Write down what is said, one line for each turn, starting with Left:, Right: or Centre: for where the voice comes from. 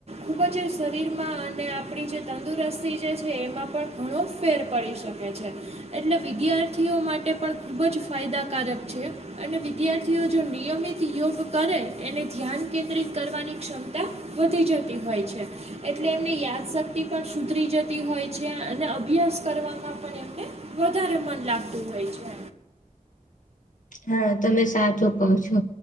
Right: ખૂબ જ શરીરમાં અને આપડી જે તંદુરસ્તી જે છે એમાં પણ ઘણો ફેર પડી શકે છે. એટલે વિદ્યાર્થીઓ માટે પણ ખૂબ જ ફાયદાકારક છે. અને વિદ્યાર્થીઓ જો નિયમિત યોગ કરે એને ધ્યાન કેન્દ્રિત કરવાની ક્ષમતા વધી જતી હોય છે. એટલે એમની યાદશક્તિ પણ સુધરી જતી હોય છે, અને અભ્યાસ કરવામાં પણ એમને વધારે મન લાગતું હોય છે.
Left: હા તમે સાચું કહો છો.